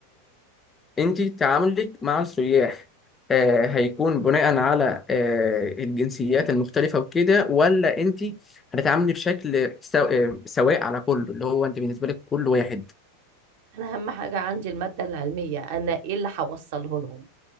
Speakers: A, on the left; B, on the right.
A: انت تعاملك مع السياح آه، هيكون بناء على آه، الجنسيات المختلفة وكده ولا انت هتتعاملي بشكل سو- آه، سواء على كله اللي هو انت بالنسبة لك كل واحد
B: انا اهم حاجه عندي الماده العلميه انا ايه اللي هوصله لهم